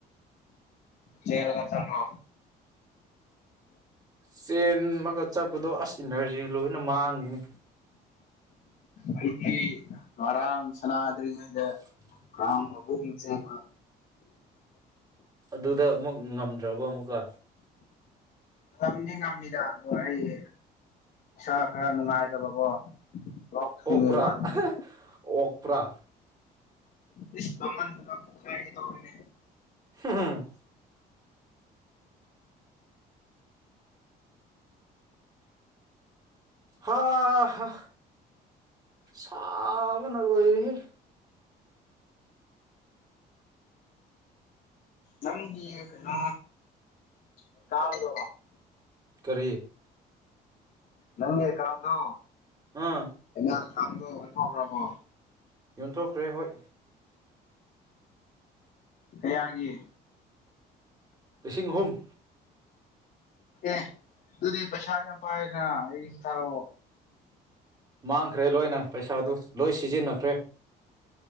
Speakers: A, on the left (about 60°); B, on the right (about 20°).
A: ꯆꯦꯜꯂꯒ ꯆꯠꯂꯣ
B: ꯆꯦꯟꯃꯒ ꯆꯠꯄꯗꯣ ꯑꯁ ꯏꯅ꯭ꯔꯖꯤ ꯂꯣꯏꯅ ꯃꯥꯡꯅꯤꯅꯦ
A: ꯑꯩꯗꯤ ꯉꯔꯥꯡ ꯁꯅꯥꯗ꯭ꯔꯤꯉꯩꯗ
B: <unintelligible>
A: ꯔꯥꯥꯎꯟ ꯑꯍꯨꯝ ꯆꯦꯟꯕ
B: ꯑꯗꯨꯗ ꯑꯃꯨꯛ ꯉꯝꯗ꯭ꯔꯕ ꯑꯃꯨꯛꯀ
A: ꯉꯝꯗꯤ ꯉꯝꯃꯤꯗ ꯑꯗꯣ ꯑꯩ ꯏꯁꯥ ꯈꯔ ꯅꯨꯡꯉꯥꯏꯇꯕꯀꯣ ꯂꯣꯛ ꯊꯨꯡꯉꯦꯕ
B: ꯑꯣꯛꯄ꯭ꯔꯥ
A: ꯑꯗꯨꯒꯤ
B: ꯑꯣꯛꯄ꯭ꯔꯥ
A: ꯏꯁ ꯆꯥꯃꯟꯗꯅ ꯄꯣꯛꯈꯥꯏꯒꯦ ꯇꯧꯔꯤꯅꯦ
B: ꯍꯨꯝ ꯍꯨꯝ ꯍꯥ ꯍꯥ ꯁꯥꯕꯅ ꯂꯣꯏꯔꯦꯍꯦ
A: ꯅꯪꯒꯤ ꯀꯩꯅ ꯑꯦꯀꯥꯎꯟꯗꯣ
B: ꯀꯔꯤ
A: ꯅꯪꯒꯤ ꯑꯦꯀꯥꯎꯟꯗꯣ
B: ꯑꯥ
A: ꯍꯦꯅꯥ ꯑꯀꯥꯎꯟꯗꯣ ꯑꯣꯟꯊꯣꯛꯈ꯭ꯔꯕꯣ
B: ꯌꯣꯟꯊꯣꯛꯈ꯭ꯔꯦ ꯍꯣꯏ
A: ꯀꯌꯥꯒꯤ
B: ꯂꯤꯁꯤꯡ ꯑꯍꯨꯝ
A: ꯑꯦ ꯑꯗꯨꯗꯤ ꯄꯩꯁꯥ ꯌꯥꯝ ꯄꯥꯏꯅ ꯑꯩ ꯊꯥꯔꯛꯑꯣ
B: ꯃꯥꯡꯈ꯭ꯔꯦ ꯂꯣꯏꯅ ꯄꯩꯁꯥꯗꯨ ꯂꯣꯏ ꯁꯤꯖꯤꯟꯅꯈ꯭ꯔꯦ